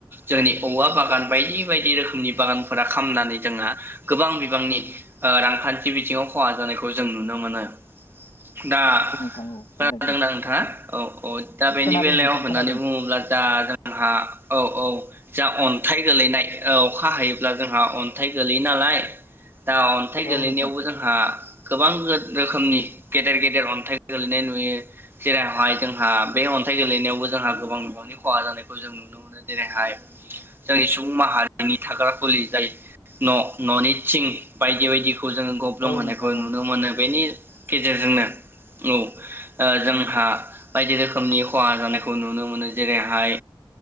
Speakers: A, on the right; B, on the left.
A: जोंनि औवा बागान बायदि बायदि रोखोमनि बागानफोरा खामनानै जोंहा गोबां बिबांनि ओ रांखान्थि बिथिङाव खहा जानायखौ जों नुनो मोनो। दा
B: औ
A: खोनादोंना
B: थारैनो
A: नोंथाङा औ औ दा बेनि
B: खोनादों
A: बेलायाव
B: नोंथां
A: होननानै
B: खोनादों
A: बुङोब्ला जा जोंहा औ औ जा अन्थाइ गोलैनाय अखा हायोब्ला जोंहा अन्थाइ गोलैयो नालाय दा अन्थाइ
B: औ
A: गोेलैनायावबो
B: नोंथां
A: जोंहा गोबां रोखोमनि गेदेर गेदेर अन्थाइ गेलेनाय नुयो जेरावहाय जोंहा बे अन्थाइ गेलेनायावबो जोंहा गोबां बिबांनि खहा जानायखौ जों नुनो मोनो जेरैहाय जोंनि सुबुं माहारिनि थाग्रा खुलि जाय न ननित सिं बायदि बायदि खौ जोङो गब्लं
B: औ
A: होनायखौ
B: नोंथां औ
A: नुनो मोनो बेनि गेजेरजोंनो औ जोंहा बायदि रोखोमनि खहा जानायखौ नुनो मोनो जेरैहाय